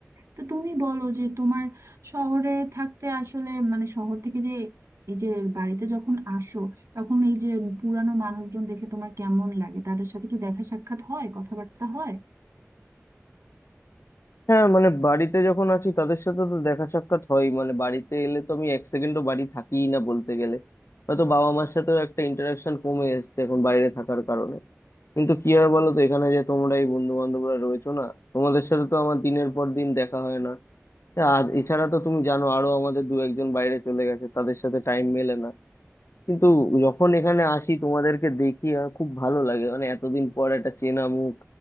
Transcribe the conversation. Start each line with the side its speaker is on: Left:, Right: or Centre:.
Right: তো তুমি বলো যে তোমার শহরে থাকতে আসলে মানে শহর থেকে যে এই যে বাড়িতে যখন আসো তখন এই যে পুরানো মানুষজন দেখে তোমার কেমন লাগে তাদের সাথে কি দেখা সাক্ষাৎ হয় কথাবার্তা হয়
Left: হ্যাঁ মানে বাড়িতে যখন আছি তাদের সাথে তো দেখা সাক্ষাৎ হয় মানে বাড়িতে এলে তো আমি এক সেকেন্ডও বাড়ি থাকিই না বলতে গেলে হয়তো বাবা মার সাথেও একটা ইন্টারাকশন কমে এসেছে এখন বাইরে থাকার কারণে কিন্তু কি হয় বলো তো এখানে যে তোমরা এই বন্ধু বান্ধবরা রয়েছো না তোমাদের সাথে তো আমার দিনের পর দিন দেখা হয় না আর এছাড়া তো তুমি জানো আরো আমাদের দু একজন বাইরে চলে গেছে তাদের সাথে টাইম মেলে না কিন্তু যখন এখানে আসি তোমাদেরকে দেখি আর খুব ভালো লাগে মানে এতদিন পর একটা চেনা মুখ